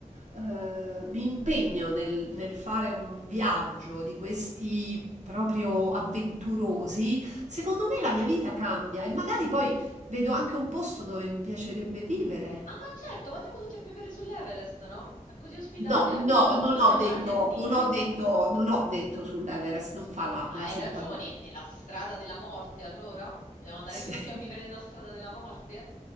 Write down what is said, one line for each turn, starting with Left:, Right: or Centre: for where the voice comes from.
Right: eh, mi impegno nel, nel fare un viaggio di questi proprio avventurosi, secondo me la mia vita cambia e magari poi vedo anche un posto dove mi piacerebbe vivere.
Left: Ah, ma certo, ma andiamo tutti a vivere sull'Everest, no? È così ospitale.
Right: No, no,
Left: Ci
Right: non
Left: montiamo
Right: ho detto,
Left: una tendina.
Right: non ho detto, non ho detto sull'Everest, non fa la,
Left: Ma
Right: la
Left: hai
Right: simpatia.
Left: ragione, nella strada della morte allora? Vogliamo andare
Right: <laughs>
Left: tutti a vivere nella strada della morte?